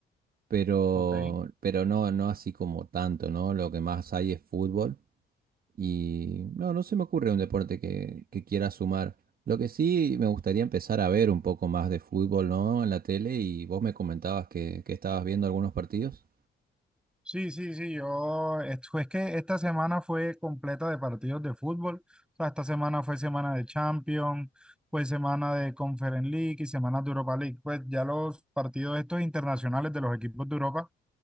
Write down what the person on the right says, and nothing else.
pero,
pero no, no así como tanto, ¿no? Lo que más hay es fútbol. Y no, no se me ocurre un deporte que, que quiera sumar. Lo que sí me gustaría empezar a ver un poco más de fútbol, ¿no? En la tele y vos me comentabas que, que estabas viendo algunos partidos.